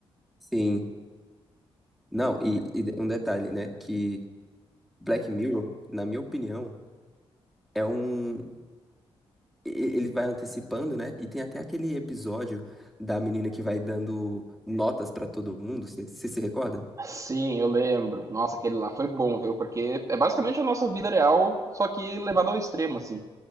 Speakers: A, in the centre; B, on the right.
A: Sim. Não, e, e um detalhe, né? Que Black Mirror, na minha opinião, é um e- Ele vai antecipando, né? E tem até aquele episódio da menina que vai dando notas pra todo mundo, você se recorda?
B: Sim, eu lembro. Nossa, aquele lá foi bom, viu? Porque é basicamente a nossa vida real, só que levada ao extremo, assim.